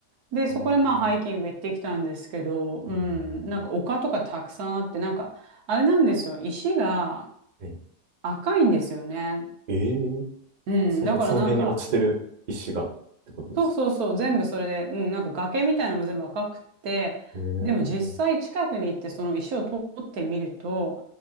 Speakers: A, on the right; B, on the right.
A: で、そこでまあハイキング行ってきたんですけど、
B: うん
A: うん、
B: はいはいは
A: なんか丘とかたくさんあって、なんか、あれなんですよ。石が
B: い。はい
A: 赤いんですよね。
B: ええ
A: うん。
B: その、
A: だからなんか、
B: その辺に落ちてる石がってことですか。
A: そうそうそう、全部それで、うん、なんか崖みたいなのも全部赤くて、
B: え
A: でも実際近くに行ってその石を取ってみると、